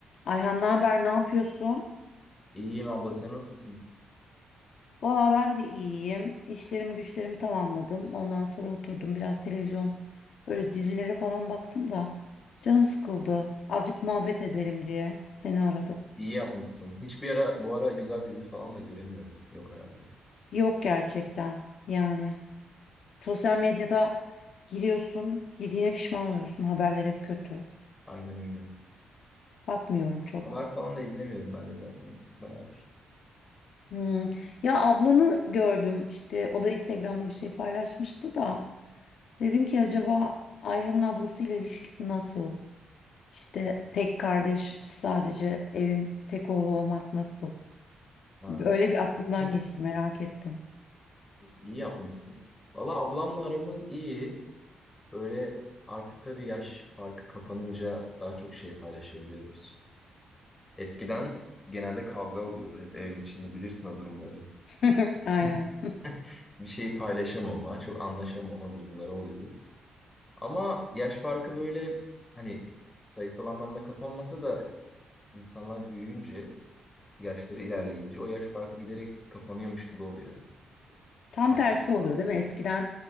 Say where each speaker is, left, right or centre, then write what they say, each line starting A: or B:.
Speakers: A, on the left (about 65°); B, on the left (about 20°).
A: Ayhan ne haber, ne yapıyorsun?
B: İyiyim abla sen nasılsın?
A: Valla ben de iyiyim. İşlerimi güçlerimi tamamladım. Ondan sonra oturdum biraz televizyon böyle dizilere falan baktım da canım sıkıldı. Azıcık muhabbet edelim diye seni aradım.
B: İyi yapmışsın. Hiçbir ara bu ara güzel dizi falan da göremiyorum. Yok herhalde.
A: Yok gerçekten yani. Sosyal medyada giriyorsun, yediğine pişman oluyorsun. Haberler hep kötü.
B: Aynen öyle.
A: Bakmıyorum çok.
B: Haber falan da izlemiyorum ben de zaten. Bayağı.
A: Hmm. Ya ablanı gördüm işte o da Instagram'da bir şey paylaşmıştı da dedim ki acaba Ayhan'ın ablasıyla ilişkisi nasıl? İşte tek kardeş sadece evin tek oğlu olmak nasıl?
B: Ha.
A: Öyle bir aklımdan
B: Hı.
A: geçti merak ettim.
B: İyi yapmışsın. Valla ablamla aramız iyi. Böyle artık tabii yaş farkı kapanınca daha çok şey paylaşabiliyoruz. Eskiden genelde kavga oluyordu hep evin içinde bilirsin o durumların.
A: <laughs> Aynen.
B: <laughs> Bir şeyi paylaşamama, çok anlaşamama durumları oluyordu. Ama yaş farkı böyle hani sayısal anlamda kapanmasa da insanlar büyüyünce, yaşları ilerleyince o yaş farkı giderek kapanıyormuş gibi oluyor.
A: Tam
B: Artık
A: tersi oluyor değil mi? Eskiden